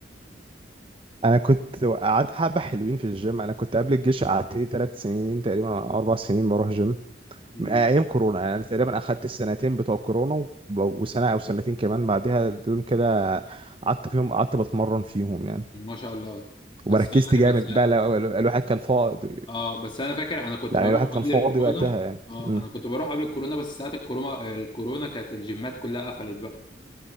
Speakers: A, on the right (about 30°); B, on the left (about 30°).
A: انا كنت قعدت حبه حلوين في الجيم انا كنت قبل الجيش قعدت لي ثلاث سنين تقريبا أو اربع سنين بروح جيم
B: امم
A: من ايام كورونا يعني انا تقريبا اخدت السنتين بتوع كورونا و- وسنه او سنتين كمان بعدها دول كده قعدت فيهم قعدت بتمرن فيهم يعني
B: ما شاء الله بس
A: وبركزت
B: لا
A: جامد
B: بس
A: بقى لو- لو- الواحد كان فاضي
B: اه بس انا فاكر انا كنت
A: يعني
B: بروح
A: الواحد كان
B: قبل
A: فاضي
B: الكورونا
A: وقتها يعني
B: اه
A: م.
B: انا كنت بروح قبل الكورونا بس ساعة الكورونا الكورونا كانت الجيمات كلها قفلت بقى